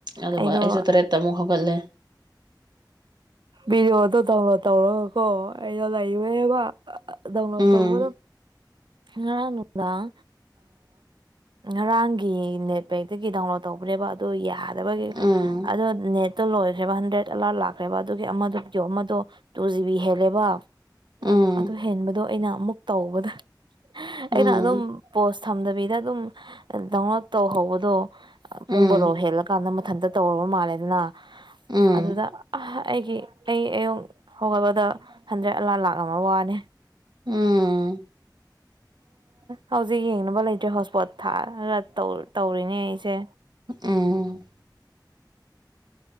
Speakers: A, on the right; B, on the right.
A: ꯑꯗꯨꯒ
B: ꯑꯩꯗꯣ
A: ꯑꯩꯁꯨ ꯇꯔꯦꯠꯇ ꯑꯃꯨꯛ ꯍꯧꯒꯠꯂꯦ
B: ꯕꯤꯗꯤꯑꯣꯗꯣ ꯗꯥꯎꯟꯂꯣꯗ ꯇꯧꯔꯒꯀꯣ ꯑꯩꯅ ꯂꯩꯕꯅꯦꯕ ꯗꯥꯎꯟꯂꯣꯗ
A: ꯎꯝ
B: ꯇꯧꯕꯗ ꯉꯔꯥꯡ ꯅꯨꯡꯗꯥꯡ ꯉꯔꯥꯡ ꯒꯤ ꯅꯦꯠꯄꯦꯛꯇꯒꯤ ꯗꯥꯎꯟꯂꯣꯗ ꯇꯧꯕꯅꯦꯕ ꯑꯗꯣ ꯌꯥꯗꯕꯒꯤ
A: ꯎꯝ
B: ꯑꯗꯣ ꯅꯦꯠ ꯇ ꯂꯣꯏꯈ꯭ꯔꯦꯕ ꯍꯟꯗ꯭ꯔꯦꯗ ꯑꯦꯂꯥꯔꯠ ꯂꯥꯛꯈ꯭ꯔꯦꯕ ꯑꯗꯨꯒꯤ ꯑꯃꯗꯣ ꯑꯃꯗꯣ ꯇꯨ ꯖꯤ ꯕꯤ ꯍꯦꯜꯂꯦꯕ
A: ꯎꯝ
B: ꯑꯗꯨ ꯍꯦꯟꯕꯗꯣ ꯑꯩꯅ ꯑꯃꯨꯛ ꯇꯧꯕꯗ
A: ꯎꯝ
B: ꯑꯩꯅ ꯑꯗꯨꯝ ꯄꯣꯁ ꯊꯝ ꯗꯕꯤꯗ ꯑꯗꯨꯝ ꯗꯥꯎꯟꯂꯣꯗ ꯇꯧꯍꯧꯕꯗꯣ
A: ꯎꯝ
B: ꯄꯨꯡ ꯕꯔꯣ ꯍꯦꯜꯂꯀꯥꯟꯗ ꯃꯊꯟꯇ ꯇꯧꯔꯕ ꯃꯥꯜꯂꯦꯗꯅ
A: ꯎꯝ
B: ꯑꯗꯨꯗ ꯑꯩꯒꯤ ꯑꯩ ꯑꯌꯨꯛ ꯍꯧꯒꯠꯕꯗꯣ ꯍꯟꯗ꯭ꯔꯦꯠ ꯂꯥ ꯂꯥꯛ ꯑꯃ ꯋꯥꯅꯦ
A: ꯎꯝ <inaudible>
B: ꯍꯧꯖꯤꯛ ꯌꯦꯡꯅꯕ ꯂꯩꯇ꯭ꯔꯦ ꯍꯣꯠꯁꯄꯣꯠ ꯊꯥꯔꯒ ꯇꯧꯔꯤꯅꯦ ꯑꯩꯁꯦ
A: ꯎꯝ